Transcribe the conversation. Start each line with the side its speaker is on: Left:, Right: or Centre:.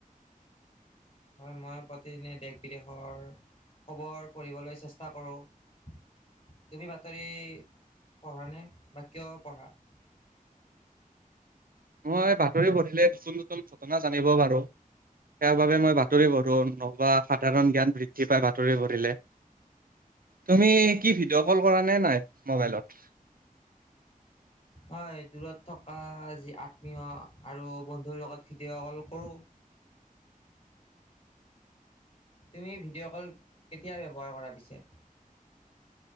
Left: হয় মই প্ৰতিদিনে দেশ বিদেশৰ খবৰ পঢ়িবলৈ চেষ্টা কৰোঁ। তুমি বাতৰি পঢ়া নে বা কিয় পঢ়া? <inaudible>
Right: মই বাতৰি পঢ়িলে নতুন নতুন ঘটনা জানিব পাৰো। সেই বাবে মই বাতৰি পঢ়ো নবা সাধাৰণ জ্ঞান বৃদ্ধি পাই বাতৰি পঢ়িলে। তুমি কি ভিডিঅ' কল কৰা নে নাই মোবাইলত?
Left: হয় দূৰত থকা যি আত্মীয় আৰু বন্ধুৰ লগত ভিডিঅ' কল কৰোঁ। <inaudible> তুমি ভিডিঅ' কল কেতিয়া ব্যৱহাৰ কৰা পিছে?